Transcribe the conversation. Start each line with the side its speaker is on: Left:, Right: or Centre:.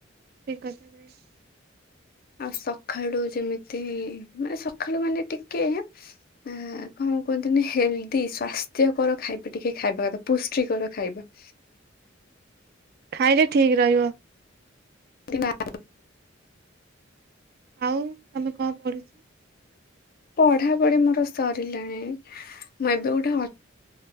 Right: ଠିକ୍ କଥା କହିଛ।
Left: ଆଉ ସଖାଳୁ ଯେମିତି ମାନେ ସକାଳୁ ମାନେ ଟିକେ ଆ କଣ କୁହନ୍ତିନି ହେଲ୍ଦି ସ୍ଵାସ୍ଥ୍ୟକର ଖାଇବା ଟିକେ ଖାଇବା କଥା। ପୁଷ୍ଟିକର ଖାଇବା
Right: ଖାଇଲେ ଠିକ୍ ରହିବ।
Left: ଦେହ <unintelligible>
Right: ଆଉ ତମେ କଣ ପଢିଛ?
Left: ପଢା ପଢି ମୋର ସରିଲାଣି ମୁଁ ଏବେ ଗୋଟେ ଅ